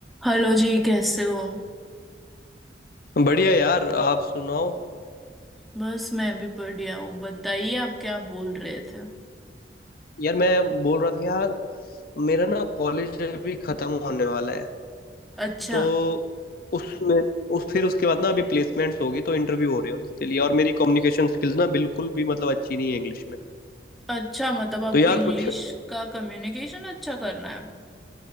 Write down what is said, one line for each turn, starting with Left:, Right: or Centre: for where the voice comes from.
Centre: हेलो जी कैसे हो
Left: बढ़िया यार आप सुनाओ
Centre: बस मैं भी बढ़िया हूँ बताइए आप क्या बोल रहे थे
Left: यार मैं बोल रहा था यार मेरा ना कॉलेज अभी खत्म होने वाला है
Centre: अच्छा
Left: तो उसमें उस फिर उसके बाद ना अभी प्लेसमेंट्स होगी तो इंटरव्यू हो रहे हैं उसके लिए और मेरी कम्युनिकेशन स्किल्स ना बिल्कुल भी मतलब अच्छी नहीं है इंग्लिश में
Centre: अच्छा मतलब आपको
Left: तो यार
Centre: इंग्लिश
Left: कुछ
Centre: का कम्युनिकेशन अच्छा करना है